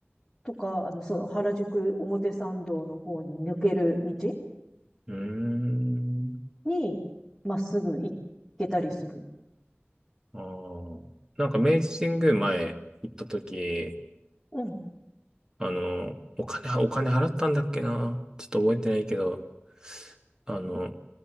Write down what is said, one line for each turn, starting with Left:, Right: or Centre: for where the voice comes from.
Centre: とか、あの、そう、原宿表参道の方に抜ける道
Right: うーん。
Centre: に、まっすぐ行けたりする。
Right: ああ。なんか明治神宮前行った時、
Centre: うん。
Right: あの、お金、お金払ったんだっけな。ちょっと覚えてないけど、あの、